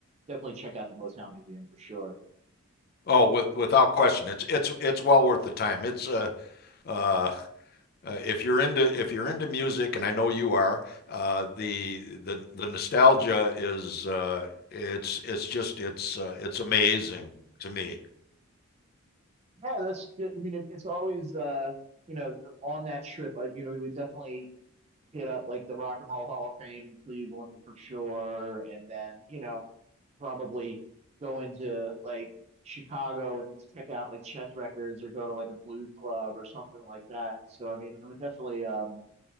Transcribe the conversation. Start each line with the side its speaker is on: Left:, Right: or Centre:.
Right: definitely check out the Motown Museum for sure.
Left: Oh, with, without question, it's it's it's well worth the time. It's uh, uh, Uh, if you're into if you're into music, and I know you are, uh, the the the nostalgia is uh, it's it's just it's uh, it's amazing to me.
Right: Yeah, that's good. I mean, it, it's always uh, you know, on that trip, uh, you know, we would definitely hit up like the Rock and Roll Hall of Fame in Cleveland for sure, and then, you know, probably go into like Chicago and check out like Chess Records or go to like a blues club or something like that. So, I mean, it would definitely um